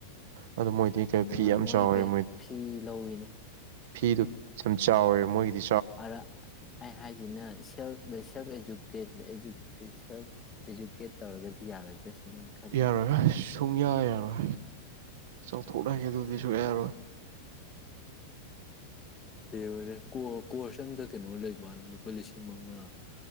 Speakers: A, on the right; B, on the left.
A: ꯑꯗꯣ ꯃꯣꯏꯗꯤ
B: ꯀꯥꯏ
A: ꯀꯩ
B: ꯇꯧꯅꯉꯥꯏ
A: ꯐꯤ ꯌꯥꯝ
B: ꯃꯣꯏꯗꯤ
A: ꯆꯥꯎꯋꯦ
B: ꯄꯩꯁꯥ ꯐꯤ ꯂꯧꯏꯅꯦ
A: ꯐꯤꯗꯨ ꯌꯥꯝ ꯆꯥꯎꯋꯦꯕ ꯃꯣꯏꯒꯤꯗꯤ
B: ꯑꯗ ꯑꯩ ꯍꯥꯏꯁꯤꯅ ꯁꯦꯜ ꯁꯦꯜꯐ ꯑꯦꯖꯨꯀꯦꯠ ꯑꯦꯖꯨꯀꯦ ꯁꯦꯜꯐ ꯏꯖꯨꯀꯦꯠ ꯇꯧꯔꯒꯗꯤ ꯌꯥꯔꯣꯏꯗ꯭ꯔꯁꯤꯅ ꯈꯜꯂꯤ
A: ꯌꯥꯔꯣꯏ ꯁꯨꯡꯌꯥ ꯌꯥꯔꯣꯏ ꯆꯥꯎꯊꯣꯛꯅꯒꯦ ꯑꯗꯨꯗꯤ ꯁꯨꯡꯌꯥ ꯌꯥꯔꯣꯏ
B: ꯌꯦꯡꯉꯨꯅꯦ ꯀꯣ ꯀꯣꯔ꯭ꯁ ꯑꯝꯗ ꯀꯩꯅꯣ ꯂꯩꯕꯋꯥꯟ ꯂꯨꯄꯥ ꯂꯤꯁꯤꯡ ꯃꯉꯥ